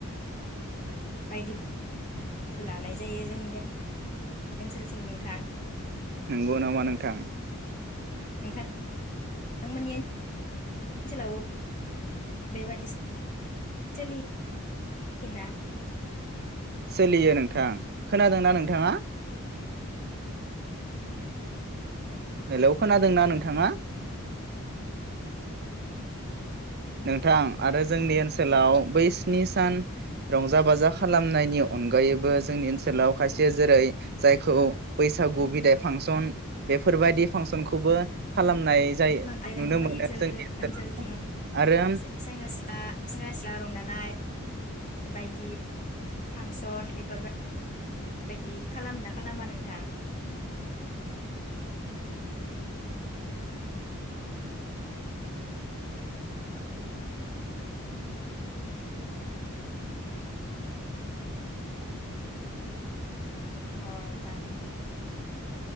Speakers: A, on the left; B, on the right.
A: बायदि लानाय जायो जोंनि ओनसोलथिं नोंथां
B: नंगौ नामा नोंथां
A: नोंथां <unintelligible> नोंथांमोननि <unintelligible> ओनसोलाव <unintelligible> बेबादि <unintelligible> सोलियो ना
B: सोलियो नोंथां खोनादोंना नोंथाङा हेलौ खोनादोंना नोंथाङा नोंथां आरो जोंनि ओनसोलाव बै स्नि सान रंजा बाजा खालामनायनि अनगायैबो जोंनि ओनसोलाव खायसे जेरै जायखौ बैसागु बिदाय फांसन बेफोरबायदि फांसनखौबो खालामनाय जायो
A: नोंथां नोंथांमोननि
B: नुनो मोनो
A: ओनसोल
B: जोंनि
A: ओनसोलथिं
B: ओनसोलाव आरो
A: सेंग्रा सिख्ला सेंग्रा सिख्ला रंजानाय बायदि फांसन एफोरबाय बायदि खालामो ना खालामा नोंथां औ नोंथां